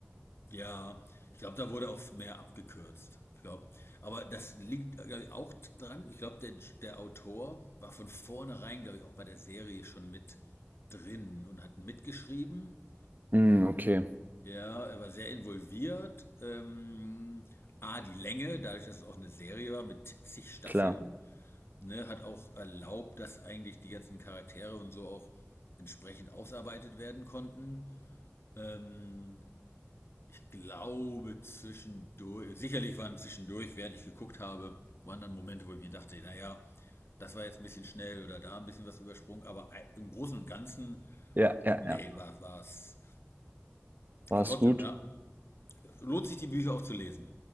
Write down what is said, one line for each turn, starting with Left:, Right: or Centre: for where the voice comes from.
Left: ja, ich glaube, da wurde auch mehr abgekürzt. Ich glaube, aber das liegt, glaub ich, auch dran. Ich glaube, der, der Autor war von vornherein, glaube ich, auch bei der Serie schon mit drin und hat mitgeschrieben.
Right: Hm, okay,
Left: Ja, er war sehr involviert. Ähm, A, die Länge, dadurch, dass es auch eine Serie war mit zig Staffeln,
Right: klar.
Left: ne, hat auch erlaubt, dass eigentlich die ganzen Charaktere und so auch entsprechend ausarbeitet werden konnten. Ähm, ich glaube, zwischendurch, sicherlich waren zwischendurch, während ich geguckt habe, waren dann Momente, wo ich mir dachte, naja, das war jetzt ein bisschen schnell oder da ein bisschen was übersprungen, aber ei- im Großen und Ganzen,
Right: Ja, ja,
Left: nee,
Right: ja.
Left: war es.
Right: War
Left: Aber
Right: es
Left: trotzdem,
Right: gut?
Left: ja, Lohnt sich die Bücher auch zu lesen.